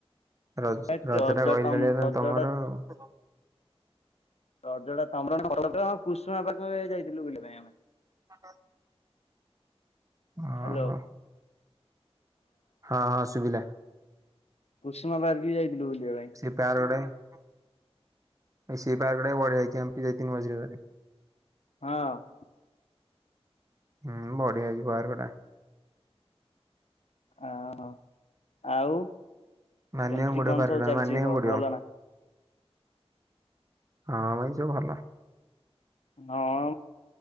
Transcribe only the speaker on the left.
କଣ
ତମ
ରଜଟା
ରଜ ଟା ତମର <unintelligible> କୁସୁମା ପାଖ ଯାଇଥିଲୁ ବୁଲିବା ପାଇଁ ଆମେ।
ହ୍ୟାଲୋ
କୁଷୁମା ପାର୍କ ବି ଯାଇଥିଲୁ ବୁଲିବା ପାଇଁ।
ହଁ
ଅହୋ ଆଉ
ଏମିତି
କଣ
ସବୁ
ଚାଲିଛି
ଭଲ ନା?
ହଁ।